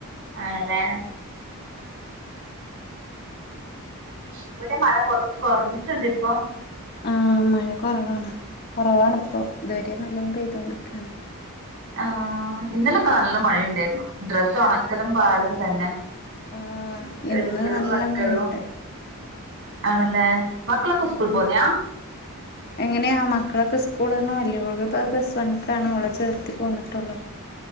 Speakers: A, on the right; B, on the left.
A: ആണല്ലേ ഇവിടെ മഴ കുറച്ച് കുറഞ്ഞിട്ടൊണ്ടിപ്പം
B: ആഹ് മഴ കുറവാണ് കുറവാണിപ്പോ ഇതുവരെ നല്ലോണം പെയ്തോണ്ട്ക്കാണ്
A: ആഹ് ഇന്നലെക്കെ നല്ല മഴയുണ്ടായിരുന്നു ഡ്രസ് ഉണക്കലും പാടും തന്നെ
B: ആഹ് ഇന്ന്
A: എടുക്കലും
B: നല്ല
A: വെക്കലും
B: മഴണ്ട്
A: ആണല്ല മക്കളൊക്ക
B: ഉം
A: സ്കൂൾ
B: ഉം
A: പോവുന്നിയാ
B: എങ്ങനെയാ മക്കളൊക്കെ സ്ക്കൂള് <unintelligible> പ്ലസ് വൺക്കാണ് ഓളെ ചേർത്തി പോന്ന്ട്ടോള്ളു